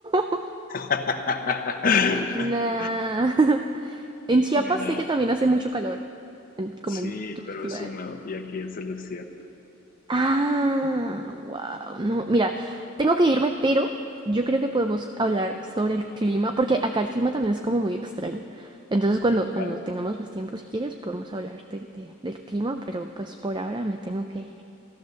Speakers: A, on the right; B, on the left.
A: <laughs>
B: <laughs>
A: Nah. <laughs> En Chiapas
B: Mira,
A: sé que también hace mucho calor, en- como
B: sí,
A: en Tuxtla.
B: pero es húmedo y aquí es el desierto.
A: Ah, wow. No, mira, tengo que irme, pero yo creo que podemos hablar sobre el clima, porque acá el clima también es como muy extraño. Entonces, cuando, cuando
B: Vale,
A: tengamos más tiempo, si quieres, podemos hablar de- de- del clima, pero pues por ahora me tengo que ir.